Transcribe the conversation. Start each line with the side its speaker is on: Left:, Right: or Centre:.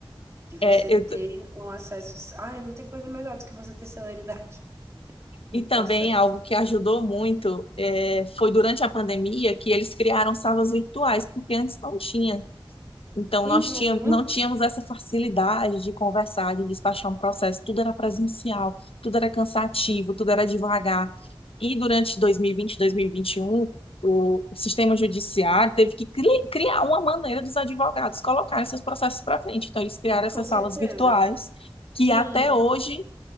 Right: De você
Left: É, eu
Right: ter
Left: t-
Right: um acesso. Ai, não tem coisa melhor do que você ter celeridade <laughs> no
Left: e também
Right: processo.
Left: algo que ajudou muito é, foi durante a pandemia que eles criaram salas virtuais, porque antes não tinha. Então,
Right: Uhum,
Left: nós tínhamos, não tínhamos essa facilidade de conversar, de despachar um processo. Tudo era presencial, tudo era cansativo, tudo era devagar. E durante 2020, 2021, o, o sistema judiciário teve que cri- criar uma maneira dos advogados colocarem seus processos para frente. Então, eles criaram essas
Right: com certeza.
Left: salas virtuais, que
Right: Sim,
Left: até hoje